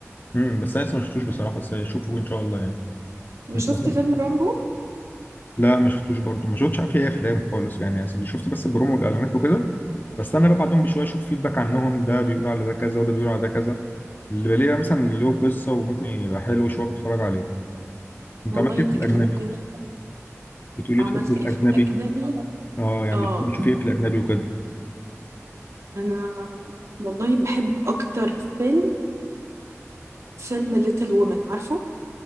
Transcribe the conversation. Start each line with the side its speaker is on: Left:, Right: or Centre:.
Left: امم بس انا لسه ما شفتوش بصراحه بس اشوفه ان شاء الله يعني
Right: وشفت
Left: كنت بحب
Right: فيلم رامبو
Left: لا ما شفتوش برضه ما شفتش عارف ايه افلام خالص يعني أصل شفت بس البرومو والاعلانات وكده بستنى بقى بعدهم بشويه اشوف فيدباك عنهم ده بيقول على ده كذا وده بيقول على ده كذا اللي بلاقيه مثلا اللي له قصه وممكن يبقى حلو شويه بتفرج عليه انت
Right: والله
Left: عملت ايه
Right: انت
Left: في الاجنبي
Right: كلمتني
Left: بتقولي
Right: عملت
Left: بتحب الاجنبي
Right: ايه في الاجنبي
Left: اه يعني
Right: اه
Left: بتحب تشوفي
Right: انا
Left: ايه في الاجنبي وكده
Right: انا والله بحب اكتر فيلم فيلم ليتل وومن عارفه